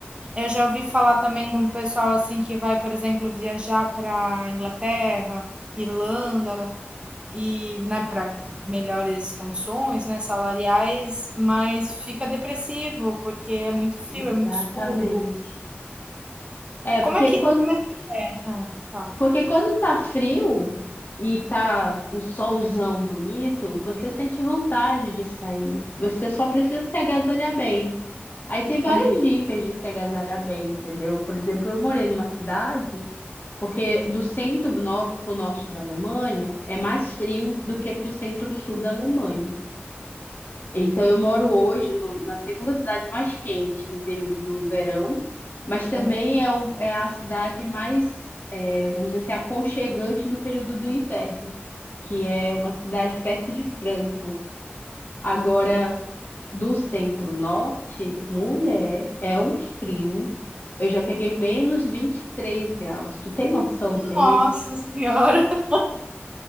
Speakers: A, on the right; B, on the left.
A: eu já ouvi falar também de um pessoal, assim, que vai, por exemplo, viajar para Inglaterra, Irlanda, e né, para melhores condições né, salariais, mas fica depressivo porque é muito frio,
B: Exatamente.
A: é muito escuro.
B: É, porque
A: Como é que.
B: quando
A: como é- Ah, fala.
B: Porque quando tá frio e tá o solzão bonito, você sente vontade de sair. Você só precisa se agasalhar bem. Aí tem várias
A: Aham,
B: dicas de se agasalhar bem, entendeu? Por exemplo, eu morei numa cidade, porque do centro nor para o norte da Alemanha é mais frio do que para o centro-sul da Alemanha. Então, eu moro hoje no- na segunda cidade mais quente no período do verão, mas também
A: aham.
B: é, o- é a cidade mais, é, vamos dizer assim, aconchegante no período do inverno, que é uma cidade perto de Frankfurt. Agora, do centro-norte, mulher, é um frio. Eu já peguei menos 23 graus. Tu tem noção do que é
A: Nossa
B: isso?
A: senhora, <laughs>